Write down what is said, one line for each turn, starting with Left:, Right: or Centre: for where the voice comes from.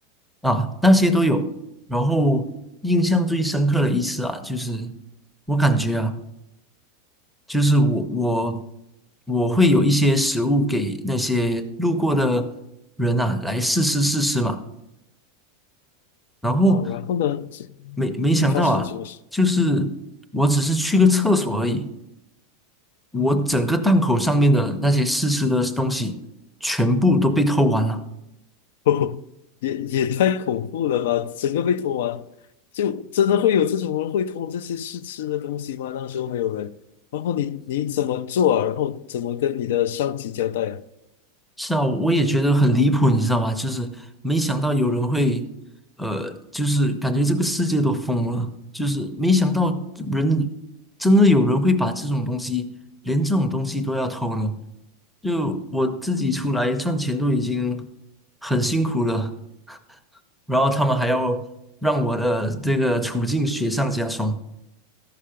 Centre: 啊，那些都有。然后印象最深刻的一次啊，就是我感觉啊。就是我我我会有一些食物给那些路过的人啊来试吃试吃嘛，然后
Left: 啊，然后呢，这
Centre: 没没想到啊，
Left: 发生了什么事？
Centre: 就是我只是去个厕所而已，我整个档口上面的那些试吃的东西全部都被偷完了。
Left: <laughs> 哦，也也太恐怖了吧！整个被偷完，就真的会有这种人会偷这些试吃的东西吗？那时候没有人，然后你你怎么做啊？然后怎么跟你的上级交代啊？
Centre: 是啊，我也觉得很离谱，你知道吗？就是没想到有人会，呃，就是感觉这个世界都疯了，就是没想到人真的有人会把这种东西，连这种东西都要偷了。就我自己出来赚钱都已经很辛苦了，然后他们还要让我的这个处境雪上加霜。